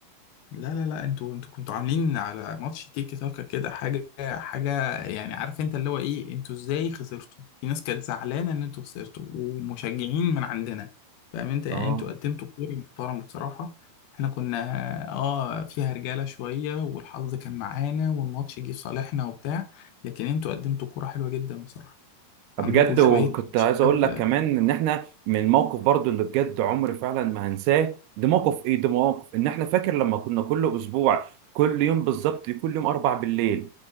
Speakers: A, on the left; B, on the right.
A: لا لا لا انتوا انتوا كنتوا عاملين على ماتش تيكي تاكا كده حاجة حاجة يعني عارف انت اللي هو ايه انتوا ازاي خسرتوا في ناس كانت زعلانة ان انتوا خسرتوا ومشجعين من عندنا فاهم انت يعني
B: اه
A: انتوا قدمتوا كوري محترم بصراحة احنا كنا اه فيها رجالة شوية والحظ كان معانا والماتش جه في صالحنا وبتاع لكن انتوا قدمتوا كورة حلوة جدا بصراحة
B: بجد
A: عندكم شوية
B: وكنت
A: شباب
B: عايز اقول لك كمان ان احنا من الموقف برضو اللي بجد عمري فعلا ما هنساه ده موقف ايه ده موقف ان احنا فاكر لما كنا كل اسبوع كل يوم بالظبط كل يوم اربع بالليل